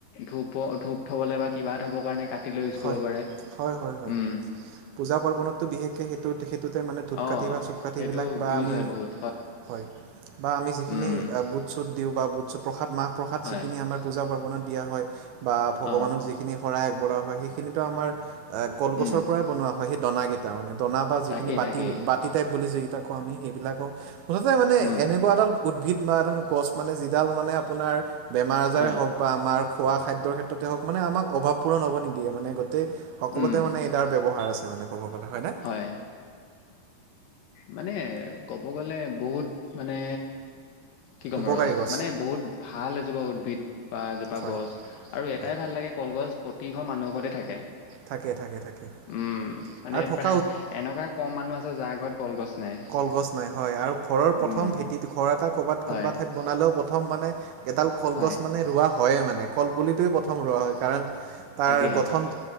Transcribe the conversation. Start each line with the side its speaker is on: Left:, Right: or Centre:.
Left: ধূপ ধূপ। থ'বলে বা কিবা থ'বৰ কাৰণে কাটি লৈ ইউজ
Right: হয়
Left: কৰিব পাৰে,
Right: হয় হয় হয়
Left: উম।
Right: পূজা পাৰ্বণতটো বিশেষকৈ সেইটো সেইটোতে মানে ধূপকাঠি
Left: অ
Right: বা চুপকাঠিবিলাক
Left: সেইটো
Right: বা
Left: ইউজ
Right: আমি
Left: হয় বহুত
Right: হয়, বা আমি যিখিনি
Left: উম
Right: বুট চুট দিওঁ বা বুট চুট প্ৰসাদ মাহ প্ৰসাদ
Left: হয়
Right: যিখিনি আমাৰ পূজা পাৰ্বণত দিয়া হয় বা ভগৱানক
Left: অ
Right: যিখিনি শৰাই আগবঢ়োৱা হয় সেইখিনিতো আমাৰ কলগছৰ
Left: উম
Right: পৰাই বনোৱা হয় সেই দনাকেইটা মানে দনা বা যিখিনি
Left: তাকেই তাকেই
Right: বাতি <unintelligible> বুলি যিকেইটা কওঁ আমি সেইবিলাকো মুঠতে মানে
Left: উম
Right: এনেকুৱা এডাল উদ্ভিদ বা এডাল গছ মানে যিডাল মানে আপোনাৰ, বেমাৰ আজাৰে
Left: হয়
Right: হওঁক বা আমাৰ খোৱা খাদ্যৰ ক্ষেত্ৰতে হওঁক, মানে আমাক অভাৱ পূৰণ হ'ব নিদিয়ে, মানে গোটেই সকলোতে
Left: উম
Right: মানে তাৰ ব্যৱহাৰ আছে মানে ক'ব গ'লে, হয় নে?
Left: হয়, মানে ক'ব গ'লে বহুত মানে কি ক'ম
Right: উপকাৰী
Left: আৰু
Right: গছ
Left: মানে বহুত ভাল এজোপা উদ্ভিদ। পা এজোপা
Right: হয়
Left: গছ আৰু এটাই
Right: হয়
Left: ভাল লাগে - কলগছ, প্ৰতি ঘৰ মানুহৰ ঘৰতে থাকে।
Right: থাকে, থাকে, থাকে,
Left: উম মানে
Right: আৰু থক
Left: এনেকুৱা কম মানুহ আছে, যাৰ ঘৰত কলগছ নাই।
Right: কলগছ নাই হয় আৰু ঘৰৰ প্ৰথম
Left: উম
Right: ভেটিটো, ঘৰ এটা ক'বাত
Left: হয়
Right: কোনবা ঠাইত বনালেও, প্ৰথম মানে এডাল কলগছ
Left: হয়
Right: মানে ৰুৱা হয়ে মানে। কলপুলিটোৱে প্ৰথম ৰোৱা হয়। কাৰণ, তাৰ
Left: তাকে
Right: গঠন